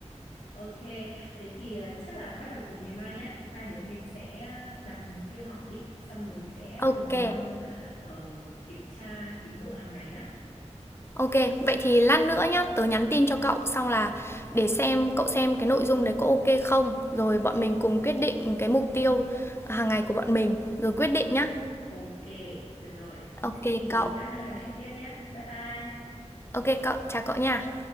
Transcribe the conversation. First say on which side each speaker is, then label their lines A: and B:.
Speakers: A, on the left; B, on the left.
A: ok thế thì ờ, chắc là bắt đầu từ ngày mai nhá hai đứa mình sẽ đặt mục tiêu học đi xong rồi mình sẽ
B: Ok,
A: cùng nhau ờ, kiểm tra tiến độ hàng ngày nhá
B: ok. Vậy thì lát nữa nhá, tớ nhắn tin cho cậu xong là để xem cậu xem cái nội dung đấy có ok không, rồi bọn mình cùng quyết định cái mục tiêu hàng ngày của bọn mình, rồi quyết định nhá.
A: Ok, được rồi.
B: Ok
A: Thế thì
B: cậu.
A: lát nữa nói chuyện tiếp nhé. Bye bye.
B: Ok cậu, chào cậu nha.